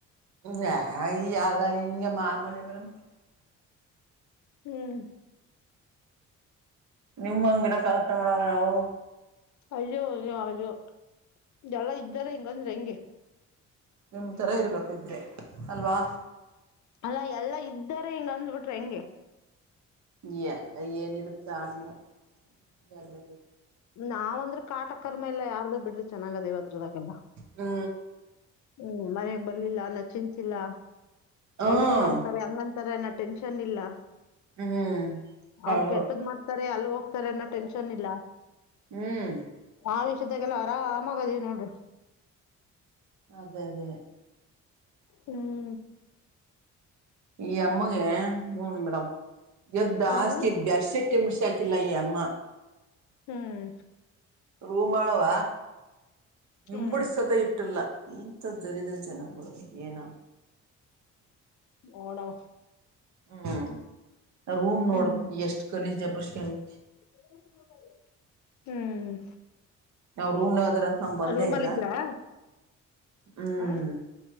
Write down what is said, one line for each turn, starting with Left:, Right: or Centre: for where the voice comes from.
Right: ಹ ಈ ಅಲ್ಲ ಹಿಂಗೆ ಮಾಮೂಲಿ ಮಡ್ಮ ಮೇಲೆ
Left: ಹ್ಮ್
Right: ನಿಮ್ಂಗಿರಕಾಗುತ ಮಡ್ಮ ನಾವು
Left: ಅಯ್ಯೋ ಅಯ್ಯೋ ಅಯ್ಯೋ ಎಲ್ಲ ಇದ್ದಾರೆ ಇಂಗಂದ್ರೆ ಹೆಂಗೆ
Right: ನಿಮ್ಮ ಥರ ಇರಬೇಕು ಇದ್ರೆ ಅಲ್ವಾ
Left: ಅಲ್ಲಾ ಎಲ್ಲಾ ಇದ್ದಾರೆ ಹಿಂಗ ಅಂದ್ ಬಿಟ್ರೆ ಹೆಂಗೆ
Right: ನೀ ಏಲ್ಲ ಏನಿರುತ್ತೆ <unintelligible> ಎಲ್ಲ
Left: ನಾವ್ ಅಂದ್ರೆ ಕಾಟ ಕರ್ಮ ಇಲ್ಲ ಯಾರ್ದು ಬಿಡ್ರಿ ಚೆನ್ನಾಗದ ಇವಾಗಿಂವರಿಗೇಲ
Right: ಹ್ಮ
Left: ಹ್ಮ್ ಮನೆಗ್ ಬರ್ಲಿಲ್ಲ ಅನ್ನ ಚಿಂತಿಲ್ಲ
Right: ಹ್ಮ್
Left: ಅವ್ರ ಹಿಂಗಂತಾರೆ ಅಂಗ್ ಅಂತಾರೆ ಅಂತಾರೆ ಅನೋ ಟೆನ್ಷನ್ ಇಲ್ಲ
Right: ಹ್ಮ್
Left: ಅವರು
Right: ಹೌದು
Left: ಕೆಟ್ಟದ್ ಮಾಡ್ತಾರೆ ಅಲ್ಲಿ ಹೋಗ್ತಾರೆ ಅನ್ನೋ ಟೆನ್ಷನ್ ಇಲ್ಲ
Right: ಹ್ಮ್
Left: ಆ ವಿಷ್ದಾಗಲ್ಲ ಆರಾಮಾಗದಿವಿ ನೋಡ್ರಿ
Right: ಅದೇ ಅದೇ
Left: ಹ್ಮ್
Right: ಈ ಅಮ್ಮಗೆ <unintelligible> ಮೇಡಮ್ ಎದ್ದ
Left: ಹ್ಮ್
Right: ಹಸ್ಕಿ ಬೆಡ್ ಶೆಟ್ <unintelligible> ಮಡಸಾಕಿಲ್ಲ ಇ ಯ್ಯಮ್ಮ
Left: ಹ್ಮ್
Right: ರೂ ಮಾಡವ
Left: ಹ್ಮ್
Right: ಇಂಬುಡ್ ಸತ ಇಟ್ಟು ಇಟ್ಟಲ್ಲ ಇಂಥ ದರಿದ್ರ ಜನಗಳು ಏನ
Left: ಹು ನವ್ವ
Right: ಹ್ಮ್ ರೂಮ್ ನೋಡು
Left: ಹ್ಮ್
Right: ಎಷ್ಟ್ ಕಲೀಜ್ ಎಬ್ರುಸ್ಕೊಂಡು
Left: <unintelligible> ಹ್ಮ್
Right: ಅವ್ರು ರೂಮ್ನನಾಗ್ ಹದಾರಂತ ನಾನ್ ಬಂದೇ
Left: ರೂಮಲ್
Right: ಇಲ್ಲ
Left: ಇದ್ರಾ
Right: ಹ್ಮ್
Left: ಹ